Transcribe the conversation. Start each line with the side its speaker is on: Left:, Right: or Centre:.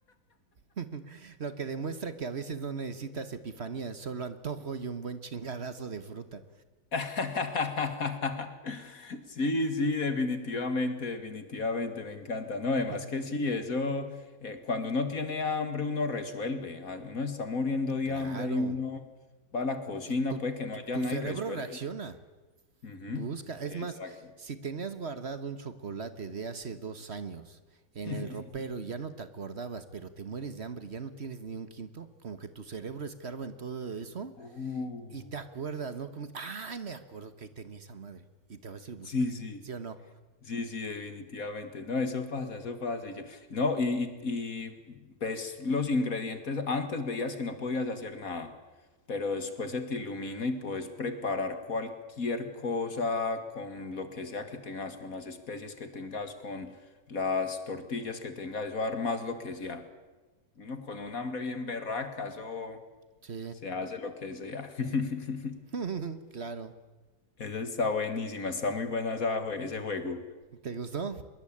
Right: <laughs> lo que demuestra que a veces no necesitas epifanía, solo antojo y un buen chingadazo de fruta.
Left: <laughs> Sí, sí, definitivamente, definitivamente, me encanta. No, además
Right: <laughs>
Left: que sí, eso, eh, cuando uno tiene hambre, uno resuelve. Ah, Uno está muriendo de
Right: claro,
Left: hambre y uno va a la cocina,
Right: tu, tu,
Left: puede que no
Right: tu,
Left: haya
Right: tu
Left: nada
Right: cerebro
Left: y resuelve.
Right: reacciona.
Left: Ujú,
Right: Busca, es
Left: Exacto.
Right: más, si tenías guardado un chocolate de hace dos años en
Left: <laughs>
Right: el ropero y ya no te acordabas, pero te mueres de hambre y ya no tienes ni un quinto, como que tu cerebro escarba en todo eso
Left: Uh,
Right: y te acuerdas, ¿no? Como, ay, me acuerdo que ahí tenía esa madre. Y te vas y buscas,
Left: sí, sí.
Right: ¿sí o no?
Left: Sí, sí, definitivamente. No, eso pasa, eso pasa. Y yo- no, y, y, y ves los ingredientes. Antes veías que no podías hacer nada, pero después se te ilumina y puedes preparar cualquier cosa con lo que sea que tengas, con las especies que tengas, con las tortillas que tengas, eso armas lo que sea. Uno con un hambre bien berraca, eso
Right: Sí,
Left: se hace lo que sea. <laughs>
Right: <laughs> claro.
Left: Eso está buenísima, está muy buena esa jue- ese juego.
Right: ¿Te gustó?